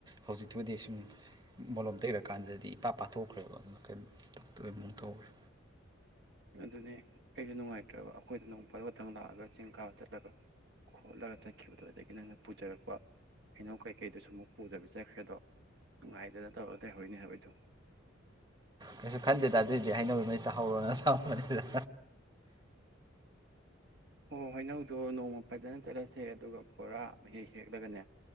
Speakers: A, on the right; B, on the right.
A: ꯍꯧꯖꯤꯛꯇꯨꯕꯨꯗꯤ ꯁꯨꯝ ꯃꯣꯂꯣꯝ ꯇꯩꯔ ꯀꯥꯟꯗꯗꯤ ꯏꯄꯥ ꯄꯥꯊꯣꯛꯈ꯭ꯔꯦꯕ ꯀꯩꯅꯣ ꯀꯩꯅꯣꯝ ꯇꯧꯔꯦ
B: ꯑꯗꯨꯅꯦ ꯑꯩꯁꯨ ꯅꯨꯡꯉꯥꯏꯇ꯭ꯔꯦꯕ ꯑꯩꯈꯣꯏꯗ ꯅꯣꯡꯄꯥꯜ ꯈꯛꯇꯪ ꯂꯥꯛꯑꯒ ꯆꯤꯡ ꯀꯥꯕ ꯆꯠꯂꯒ ꯈꯣꯠꯂꯒ ꯆꯠꯈꯤꯕꯗꯣ ꯑꯗꯨꯗꯒꯤ ꯅꯪꯅ ꯄꯨꯖꯔꯛꯄ ꯍꯩꯅꯧ ꯀꯩꯀꯩꯗꯨꯁꯨ ꯑꯃꯨꯛ ꯄꯨꯗꯕꯤ ꯆꯠꯈ꯭ꯔꯦꯗꯣ ꯅꯨꯡꯉꯥꯏꯗꯅ ꯇꯧꯔꯒ ꯂꯩꯍꯧꯔꯤꯅꯦ ꯍꯥꯏꯕ ꯑꯩꯗꯣ꯫
A: ꯀꯩꯁꯨ ꯈꯟꯗꯦꯗ ꯑꯗꯨꯢꯗꯤ ꯍꯩꯅꯧ ꯅꯣꯏ ꯆꯥꯍꯧꯔꯣꯅ ꯊꯝꯃꯝꯕꯅꯤꯗ
B: ꯍꯣ ꯍꯩꯅꯧꯗꯣ ꯅꯣꯡꯃ ꯐꯖꯅ ꯆꯠꯂꯁꯦ ꯑꯗꯨꯒ ꯄꯨꯔꯥ ꯃꯍꯤ ꯍꯦꯛꯂꯒꯅꯦ